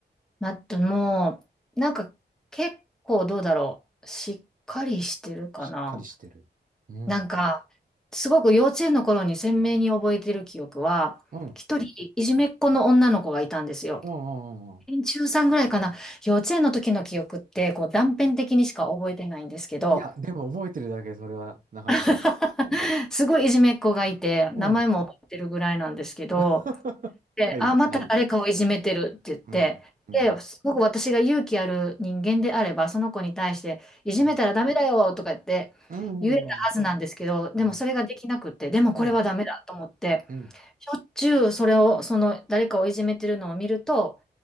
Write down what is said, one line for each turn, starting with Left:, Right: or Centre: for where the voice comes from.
Centre: まあ、あともう、なんか、結構どうだろう。しっかりしてるかな。
Right: しっかりしてる。うん。
Centre: なんか、
Right: うん。
Centre: すごく幼稚園の頃に鮮明に覚えてる記憶は、
Right: うん、う
Centre: 一人、いじめっ子の女の子がいたんですよ。
Right: ん、うんうん。
Centre: 中さんぐらいかな。幼稚園の時の記憶って、こう、断片的にしか覚えてないんですけど、
Right: いや、でも覚えてるだけ、それはなかなか。
Centre: <laughs>
Right: すごい。
Centre: すごいいじめっ子がいて、名前も覚えてるぐらいなんですけど、
Right: うん。<laughs>
Centre: で、
Right: はい、
Centre: あ、また誰かをいじめてるって言って、
Right: はい。うん、うん、
Centre: で、すごく私が勇気ある人間であれば、その子に対して、いじめたらダメだよとか言って言えたはずなんですけど、
Right: うん。うん、うん、
Centre: でもそれができなくって、
Right: うん、
Centre: でもこれはダメだと思って、
Right: うん、うん、
Centre: しょっちゅうそれを、その誰かをいじめてるのを見ると、